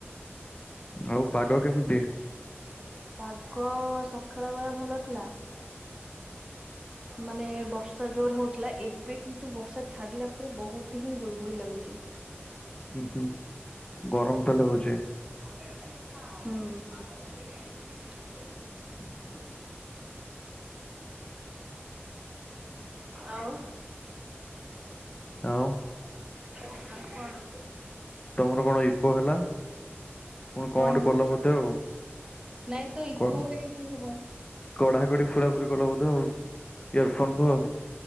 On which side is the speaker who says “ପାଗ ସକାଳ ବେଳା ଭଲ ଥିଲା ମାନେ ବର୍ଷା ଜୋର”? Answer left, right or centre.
Right